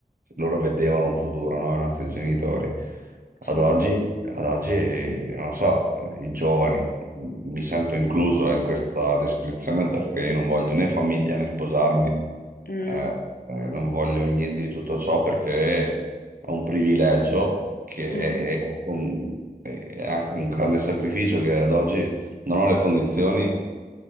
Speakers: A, on the right; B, on the left.
A: loro vedevano un futuro, no? I nostri genitori.
B: sì.
A: Ad oggi ad oggi, non lo so, i giovani, mi sento incluso eh, in questa descrizione perché io non voglio né famiglia né sposarmi,
B: Mm,
A: eh, eh, non voglio niente di tutto ciò perché è un privilegio che
B: mhm,
A: è, è anche un, è anche un grande sacrificio che ad oggi non ho le condizioni